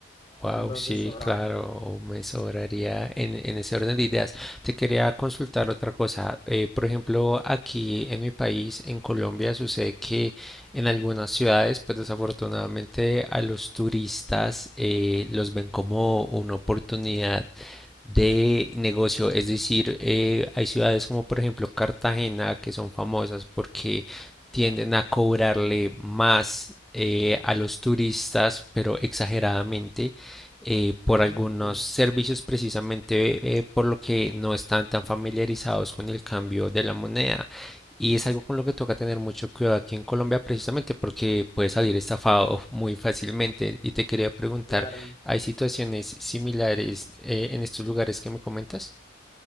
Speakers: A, in the centre; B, on the left (about 25°).
A: Wow,
B: Entonces,
A: sí,
B: sobrado.
A: claro, me sobraría en, en ese orden de ideas. Te quería consultar otra cosa. Eh, por ejemplo, aquí en mi país, en Colombia, sucede que en algunas ciudades, pues desafortunadamente a los turistas eh, los ven como una oportunidad de negocio. Es decir, eh, hay ciudades como por ejemplo Cartagena que son famosas porque tienden
B: Claro.
A: a cobrarle más eh, a los turistas, pero exageradamente eh, por
B: Mm,
A: algunos servicios precisamente eh, por lo que no están tan familiarizados con el cambio de la moneda. Y es algo con lo que toca tener mucho cuidado aquí en Colombia precisamente porque puedes salir estafado <laughs> muy fácilmente. Y te quería preguntar,
B: claro.
A: ¿hay situaciones similares eh, en estos lugares que me comentas?